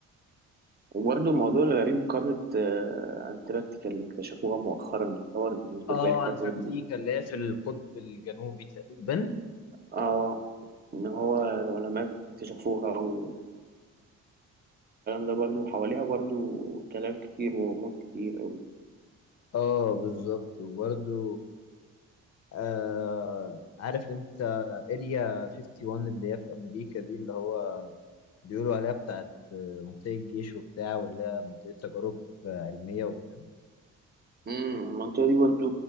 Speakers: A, on the right; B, on the left.
A: وبرضه الموضوع الغريب قارة آه، أنتاركتيكا اللي اكتشفوها مؤخرا يعتبر بالنسبة
B: اه
A: لباقي القارات
B: انتاركتيكا
A: دي
B: اللي هي في القطب الجنوبي تقريبا
A: اه إن هو العلماء اكتشفوها والكلام ده برضه حواليها برضه كلام كتير وغموض كتير أوي
B: اه بالظبط وبرده آه عارف انت اريا 51 اللي هي في امريكا دي اللي هو بيقولوا عليها بتاعت آه، منطقة جيش وبتاع واللي هي منطقة تجارب آه، علمية وبتاع
A: مم، المنطقة دي برضه